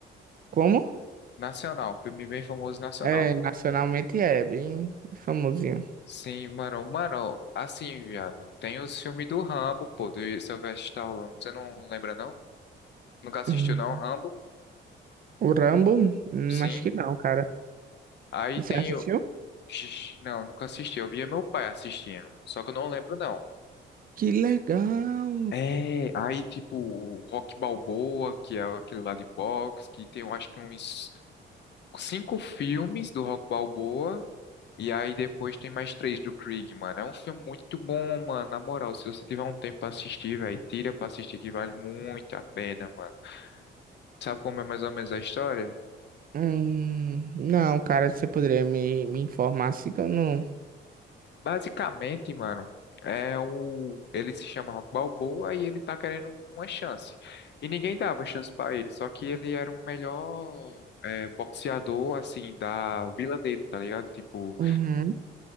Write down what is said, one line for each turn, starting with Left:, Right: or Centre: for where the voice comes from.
Right: Como?
Left: Nacional, filme bem famoso nacional.
Right: É, nacionalmente é bem famosinho.
Left: Sim, mano, mano, assim, viado, tem os filmes do Rambo, pô, do Sylvester Stallone, você não lembra, não? Nunca assistiu,
Right: Hum.
Left: não, Rambo?
Right: O Rambo? Hum,
Left: Sim.
Right: acho que não, cara.
Left: Aí
Right: Você
Left: tem
Right: assistiu?
Left: o... Ixi, Não, nunca assisti, eu via meu pai assistindo, só que eu não lembro, não.
Right: Que legal!
Left: É, aí tipo o Rock Balboa, que é aquele lá de boxe, que tem eu acho que uns cinco filmes do Rock Balboa, e aí depois tem mais três do Krieg, mano. É um filme muito bom, mano, na moral, se você tiver um tempo pra assistir, velho, tira pra assistir que vale muito a pena, mano. Sabe como é mais ou menos a história?
Right: Hum, não, cara, você poderia me, me informar assim que eu não.
Left: Basicamente, mano, é o ele se chama Rock Balboa e ele tá querendo uma chance. E ninguém dava chance pra ele, só que ele era o melhor é, boxeador assim da vila dele, tá ligado? Tipo,
Right: Uhum.